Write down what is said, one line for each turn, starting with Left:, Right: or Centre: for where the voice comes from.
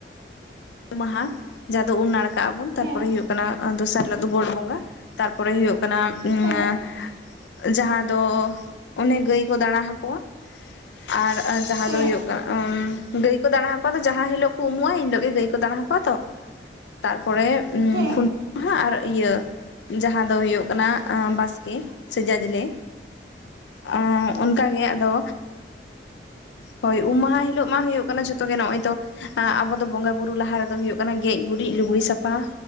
Left: ᱢᱟᱦᱟ ᱡᱟᱦᱟᱸ ᱫᱚ ᱩᱢ ᱱᱟᱲᱠᱟᱜ ᱟᱵᱚᱱ ᱛᱟᱨᱯᱚᱨᱮ
Right: ᱦᱮᱸ
Left: ᱦᱳᱭᱳᱜ ᱠᱟᱱᱟ ᱫᱚᱥᱟᱨ ᱦᱤᱞᱳᱜ ᱫᱚ ᱜᱚᱰ ᱵᱚᱸᱜᱟ᱾ ᱛᱟᱨᱯᱚᱨᱮ ᱦᱳᱭᱳᱜ ᱠᱟᱱᱟ ᱩᱱ
Right: ᱦᱮᱸ
Left: ᱡᱟᱦᱟᱸ ᱫᱚ ᱚᱱᱮ ᱜᱟᱹᱭ ᱠᱚ ᱫᱟᱬᱟ ᱦᱟᱠ ᱠᱚᱣᱟ ᱟᱨ ᱡᱟᱦᱟᱸ
Right: ᱦᱮᱸ
Left: ᱫᱚ ᱦᱳᱭᱳᱜ ᱠᱟ ᱟᱢ ᱜᱟᱹᱭ ᱠᱳ ᱫᱟᱬᱟ ᱟᱠᱚᱣᱟ ᱡᱟᱦᱟᱸ ᱦᱤᱞᱳᱜ ᱠᱚ ᱩᱢᱩᱜᱼᱟ ᱮᱱ ᱦᱤᱞᱳᱜ ᱜᱮ ᱜᱟᱹᱭ ᱠᱚ ᱫᱟᱬᱟ ᱟᱠᱚᱣᱟ ᱛᱚ? ᱛᱟᱨᱯᱚᱨᱮ
Right: ᱦᱮᱸ
Left: ᱠᱷᱩᱱ ᱢᱟᱦᱟ ᱟᱨ ᱤᱭᱟᱹ ᱡᱟᱦᱟᱸ ᱫᱚ ᱦᱳᱭᱳᱜ ᱠᱟᱱᱟ ᱵᱟᱥᱠᱮ ᱥᱮ ᱡᱟᱡᱟᱞᱮ ᱚ ᱚᱱᱠᱟᱜᱮ ᱟᱫᱚ ᱦᱳᱭ ᱩᱢ ᱢᱟᱦᱟ ᱦᱤᱞᱳᱜ ᱢᱟ ᱦᱳᱭᱳᱜ ᱠᱟᱱᱟ ᱡᱚᱛᱚ ᱜᱮ ᱱᱚᱜᱚᱭ ᱛᱚ ᱟᱵᱚ ᱫᱚ ᱵᱚᱸᱜᱟ ᱵᱩᱨᱩ ᱞᱟᱦᱟ ᱨᱮᱫᱚ ᱦᱳᱭᱳᱜ ᱠᱟᱱᱟ ᱜᱮᱡ ᱜᱩᱨᱤᱡ ᱞᱩᱜᱽᱲᱤᱡ ᱥᱟᱯᱷᱟ